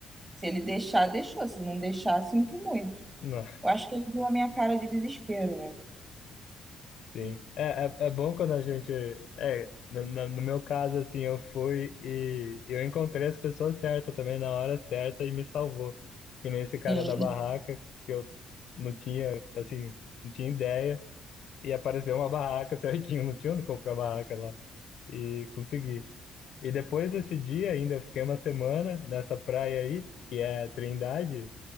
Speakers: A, on the right (about 25°); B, on the left (about 70°).
A: Se ele deixar, deixou. Se não deixar, sinto muito.
B: Não.
A: Eu acho que ele viu a minha cara de desespero, né?
B: Sim, é, é, é bom quando a gente. É, no, no no meu caso, assim, eu fui e eu encontrei as pessoas certas também na hora certa e me salvou. Que nem esse cara
A: Sim.
B: da barraca, que eu não tinha, assim, não tinha ideia, e apareceu uma barraca <laughs> certinho, não tinha onde comprar barraca lá, e consegui. E depois desse dia ainda, eu fiquei uma semana nessa praia aí, que é Trindade,